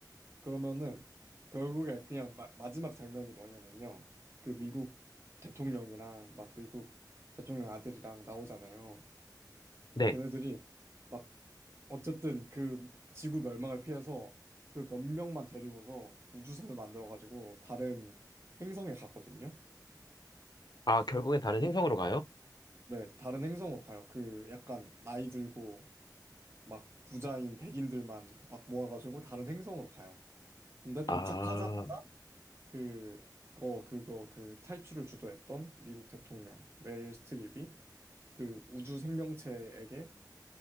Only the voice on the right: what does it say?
그러면은 결국에 그냥 마, 마지막 장면이 뭐냐면요. 그 미국 대통령이랑 막 미국 대통령 아들이랑 나오잖아요.
걔네들이 막 어쨌든 그 지구 멸망을 피해서 그 몇 명만 데리고서 우주선을 만들어가지고 다른 행성에 가거든요.
음,
네, 다른 행성으로 가요. 그 약간 나이 들고 막 부자인 백인들만 이렇게 막 모아가지고 다른 행성으로 가요. 근데 도착하자마자
그, 거, 그거, 그 탈출을 주도했던 미국 대통령 메릴 스트립이 그 우주 생명체에게